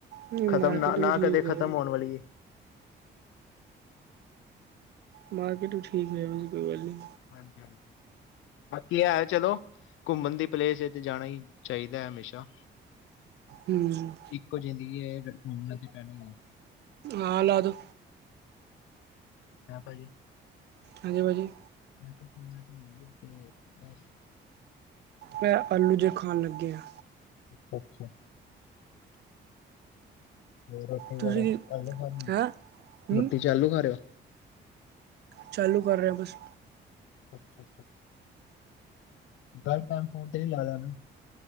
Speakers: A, on the right; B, on the left.
A: ਨਹੀਂ
B: ਖਤਮ
A: ਮਾਰਕੀਟ
B: ਨਾ ਨਾ
A: ਵੀ ਠੀਕ
B: ਕਦੇ
A: ਹੈ
B: ਖ਼ਤਮ ਹੋਣ ਵਾਲੀ ਏ।
A: ਮਾਰਕੀਟ ਵੀ ਠੀਕ ਰਹੇ ਹੋਏਗੀ ਕੋਈ ਗੱਲ ਨਹੀਂ।
B: ਹਾਂਜੀ-ਹਾਂਜੀ ਬਾਕੀ ਹੈ, ਚਲੋ ਘੁੰਮਣ ਦੀ ਪਲੇਸ ਏ ਤੇ ਜਾਣਾ ਹੀ ਚਾਹੀਦਾ ਹੈ ਹਮੇਸ਼ਾ
A: ਹੂੰ
B: ਇੱਕੋ ਜ਼ਿੰਦਗੀ ਹੈ, ਫਿਰ ਘੁਮਣਾ ਤੇ ਪਹਿਣਾ ਏ।
A: ਆ ਲਾਦੋ,
B: ਹੈਂ ਭਾਜੀ।
A: ਹਾਂਜੀ ਭਾਜੀ,
B: ਬਾਕੀ ਤ ਬੱਸ <inaudible>
A: ਮੈਂ ਆਲੂ ਜੇਹੇ ਖਾਣ ਲੱਗੇ ਹਾਂ।
B: ਅੱਛਾ-ਅੱਛਾ। ਰੋਟੀ
A: ਤੁਸੀਂ
B: ਵਗੈਰਾ
A: ਕੀ
B: ਆਲੂ ਖਾ
A: ਹੈਂ ਹੂੰ
B: ਰੋਟੀ ਚ ਆਲੂ ਖਾ ਰਿਓ।
A: ਚਾਲੂ ਕਰ ਰਿਹਾ ਬਸ,
B: ਅੱਛਾ ਗੱਲ ਟੈਮ ਫੋਨ <unintelligible>